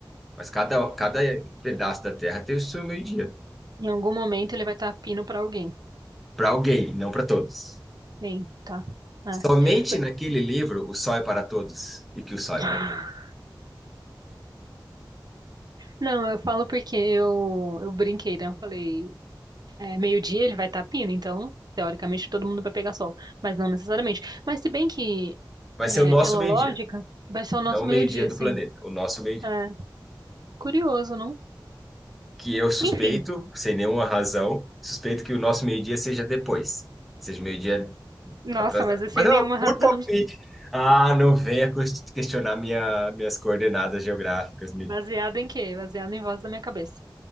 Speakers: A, in the centre; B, on the right.
A: Mas cada, cada pedaço da Terra tem o seu meio-dia.
B: Em algum momento, ele vai estar pino pra alguém.
A: Para alguém, não para todos.
B: Sim, tá. É.
A: Somente
B: Por-
A: naquele livro, O Sol é para Todos e que o Sol
B: <laughs>
A: é para Todos.
B: Não, eu falo porque eu, eu brinquei, né? Eu falei, é, meio-dia ele vai estar pindo, então, teoricamente, todo mundo vai pegar sol. Mas não necessariamente. Mas se bem que,
A: Vai
B: é,
A: ser o nosso
B: pela
A: meio-dia,
B: lógica, vai ser o nosso
A: não o
B: meio-dia,
A: meio-dia do
B: sim.
A: planeta, o nosso meio-dia.
B: É, curioso, não?
A: Que eu suspeito,
B: Enfim.
A: sem nenhuma razão, suspeito que o nosso meio-dia seja depois, seja o meio-dia
B: Nossa,
A: Tá atrasado.
B: mas eu
A: Mas
B: sem nenhuma
A: é
B: razão.
A: por palpite.
B: <laughs>
A: Ah, não venha ques- questionar minha, minhas coordenadas geográficas, menino.
B: Baseado em quê? Baseado em voz da minha cabeça.